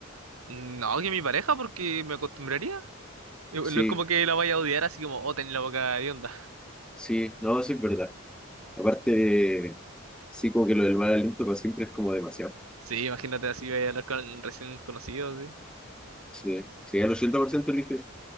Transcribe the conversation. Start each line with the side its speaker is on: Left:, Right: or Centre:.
Right: No, que mi pareja, porque me acostumbraría. Y No
Centre: Sí,
Right: es como que la vaya a odiar así como, oh, tenés la boca onda
Centre: sí, no, sí es verdad. Aparte, sí, como que lo del mal aliento para siempre es como demasiado.
Right: <laughs> Sí, imagínate así, voy a hablar con recién conocidos, sí.
Centre: Sí, sí, el 80% eliges.